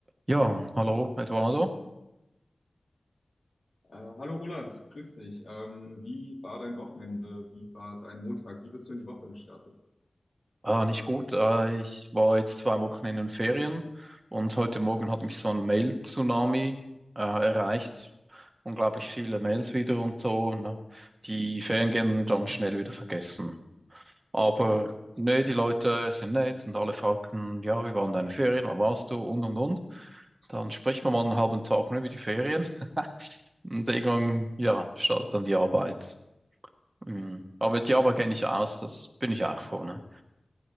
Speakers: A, on the right; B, on the left.
A: Ja, hallo Eduardo.
B: Äh, hallo Roland, grüß dich. Ähm, wie war dein Wochenende? Wie war dein Montag? Wie bist du in die Woche gestartet?
A: Ah, nicht gut. Äh, ich war jetzt zwei Wochen in den Ferien und heute Morgen hat mich so ein Mail-Tsunami äh, erreicht. Unglaublich viele Mails wieder und so. Ne? Die Ferien gehen dann schnell wieder vergessen. Aber ne, die Leute sind nett und alle fragten, ja, wie waren deine Ferien, wo warst du und und und. Dann spricht man mal einen halben Tag nur über die Ferien <laughs> und irgendwann, ja, startet dann die Arbeit. Mhm. Aber die Arbeit kenne ich aus, das bin ich auch froh, ne?